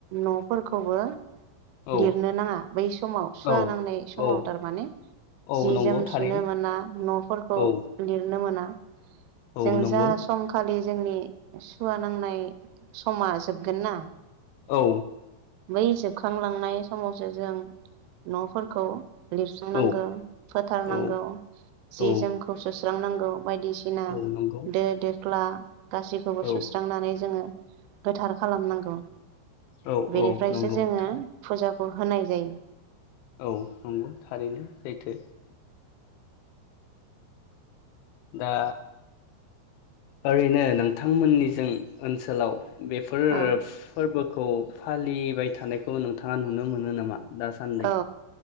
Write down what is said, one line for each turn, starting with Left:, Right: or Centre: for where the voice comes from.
Right: न' फोरखौबो
Left: औ
Right: लिरनो नाङा बै समाव सुवा
Left: औ
Right: नांनाय समाव
Left: औ
Right: थारमाने
Left: औ
Right: जि
Left: नंगौ
Right: जोम
Left: थारैनो
Right: सुनो मोना नफोरखौ
Left: औ
Right: लिरनो मोना।
Left: औ
Right: जों
Left: नंगौ
Right: जा समखालि। जोंनि सुवा नांनाय समा जोबगोन ना।
Left: औ
Right: बै जोबखांलाङ। थांनाय समावसो जों नफोरखौ लिरस्रांनांगौ
Left: औ
Right: फोथारनांगौ
Left: औ
Right: जि
Left: औ
Right: जोमखौ सुस्रांनांग बायदिसिना
Left: औ नंगौ
Right: दो दोख्ला गासैखौबो
Left: औ
Right: सुस्रांनानै जोङो। गोथार खालामनांगौ।
Left: औ
Right: बेनिफ्रायसो
Left: औ नंगौ
Right: जोङो
Left: थार।
Right: फुजाखौ होनाय जायो
Left: औ नंगौ थारैनो सैथो। दा। ओरैनो नोंथांमोननिजों ओनसोलाव बेफोर
Right: औ
Left: फोरबो। खौ फालिबाय थानायखौ नोंथाङा नुनो मोनो मोनो नामा दासान्दै।
Right: औ